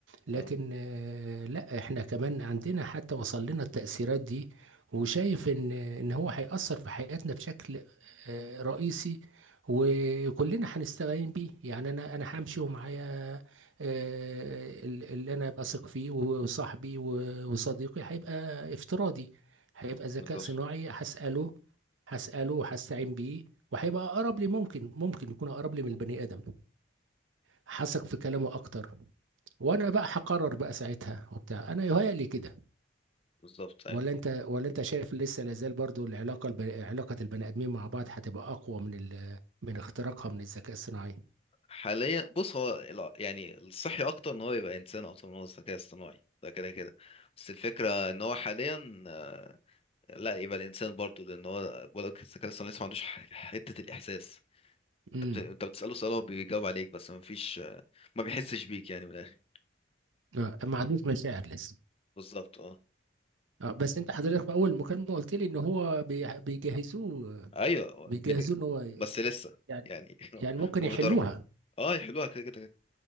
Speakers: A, on the right; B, on the left.
A: لكن
B: اه
A: آه، لا احنا كمان عندنا حتى وصل لنا التأثيرات دي وشايف ان ان هو هيأثر في حياتنا بشكل آه، رئيسي وكلنا هنستعين بيه يعني انا انا همشي ومعايا آه، ال- اللي انا بثق فيه وصاحبي و- وصديقي هيبقى افتراضي هيبقى ذكاء
B: بالظبط
A: صناعي هسأله هسأله وهستعين بيه وهيبقى اقرب لي ممكن ممكن يكون اقرب لي من البني ادم حسك في كلامه اكتر وانا بقى هقرر بقى ساعتها وبتاع انا يهيألي كده
B: بالظبط ايوه
A: ولا انت ولا انت شايف لسه لازال برضو العلاقه الب... علاقه البني ادمين مع بعض هتبقى اقوى من ال... من اختراقها من الذكاء الصناعي
B: حاليا بص هو الع- يعني الصحي اكتر ان هو يبقى انسان اكتر من هو الذكاء الصناعي ده كده كده بس الفكره ان هو حاليا آه، لا يبقى الانسان برضه لان هو بقولك الذكاء الصناعي لسه ما عندوش ح- حته الاحساس
A: امم
B: انت بت- انت بتساله سؤال هو بيجاوب عليك بس ما فيش آه، ما بيحسش بيك يعني من الاخر
A: آه، ما عندوش مشاعر لسه
B: بالظبط اه
A: آه، بس انت حضرتك في اول مكالمه قلت لي ان هو بي... بيجهزوه
B: ايوه هو
A: بيجهزوه
B: بيج...
A: ان هو ي-
B: بس لسه
A: يعني
B: يعني <laughs>
A: يعني ممكن
B: ما
A: يحلوها
B: بيضربوه اه يحلوها كده كده كده